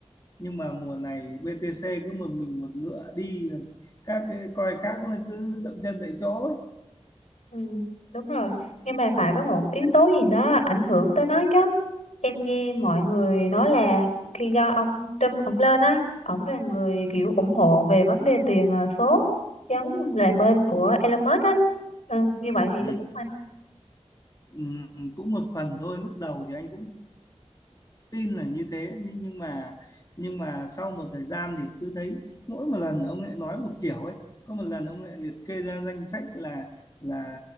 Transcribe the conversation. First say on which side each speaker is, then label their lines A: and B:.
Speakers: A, on the left (about 30°); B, on the left (about 80°).
A: Nhưng mà mùa này BTC cứ một mình một ngựa đi, các cái coin khác nó cứ dậm chân tại chỗ ấy.
B: Ừ, đúng rồi. Nhưng mà phải có một yếu tố gì đó ảnh hưởng tới nó chứ. Em nghe mọi người nói là khi do ông Trump ổng lên á, ổng là người kiểu ủng hộ về vấn đề tiền ờ, số giống là bên của Elon Musk á. Ừ, như vậy thì
A: Ừ.
B: có đúng không anh?
A: Ừ, cũng một phần thôi lúc đầu thì anh cũng tin là như thế nhưng nhưng mà nhưng mà sau một thời gian thì cứ thấy mỗi một lần ông lại nói một kiểu ấy có một lần ông lại liệt kê ra danh sách là là